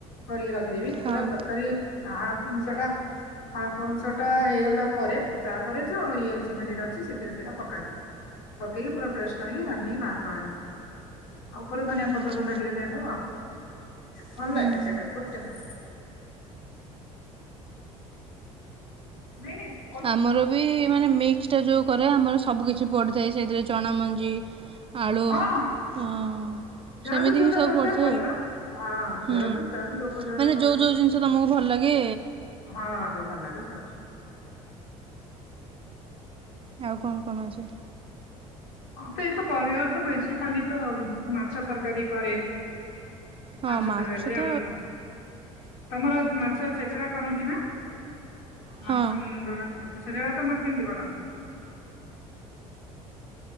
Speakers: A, on the left; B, on the right.
A: କରିକି ରଖିଦେବି
B: ହଁ
A: ପୁରା ତରକାରୀ ହାଂଶଟା ହାପ୍ ଅଂଶଟା ହେଇଗ ଲା ପରେ ତାପରେ ଯୋଉ ଇଏ ଅଛି ଭେଣ୍ଡିଟା ଅଛି ସେଥିରେ ସେଇଟା ପକାଯିବ। ପକେଇକି ପୁରା ଫ୍ରେସ୍ କରିକି ରାନ୍ଧିକୀ ବାହାର କରାଯିବ। ଆଉ ଉପରେ ଧନିଆ
B: ଆଚ୍ଛା
A: ପତ୍ର ଗୁଣ୍ଡ ଟିକେ ଦେଇଦବା। ଭଲ
B: ହୁଁ
A: ଲାଗେ
B: ହୁଁ
A: ସେଟା ଗୁଟେ ମିନିଟ୍। ଫିନିଶ୍।
B: ଆମର ବି ମାନେ ମିକ୍ସଟା ଯୋଉ କରେ ଆମର ସବୁ କିିଛି ପଡ଼ିଥାଏ ସେଇଥିରେ ଚଣା ମଞ୍ଜି ଆଳୁ
A: ହଁ
B: ହଁ
A: ଯାହାକୁ
B: ସେମିତି
A: ଯୋଉଟା
B: ହିଁ ସବୁ
A: ଦରକାର
B: କରିଥାଏ
A: କରିବା
B: ଆ
A: ହଁ ଯୋଉଟାକୁ
B: ହୁଁ
A: ଯାହାକୁ ଯୋଉ କରିବାଟା
B: ମାନେ
A: ଦରକାର
B: ଯୋଉ ଯୋଉ ଜିନିଷ ତ ତମକୁ ଭଲ ଲାଗେ
A: ହଁ ଯୋଉ ଭଲ ଲାଗେ ସେ <inaudible>
B: ଆଉ କଣ କଣ ଅଛି?
A: ସେତ ପରିବାର ତ ବେଶୀ ଖାଲି ତ ମାଛ ତରକାରୀ କରେ।
B: ହଁ
A: ମାଛତରକାରୀ
B: ମାଛ ତ
A: ଆମର। ତମର ମାଛ ଛେଚଡା କରନ୍ତି ନା ମାଛ
B: ହଁ
A: ମୁଣ୍ଡର ଛେ ସେଗରା ତମର କେମିତି କରନ୍ତି?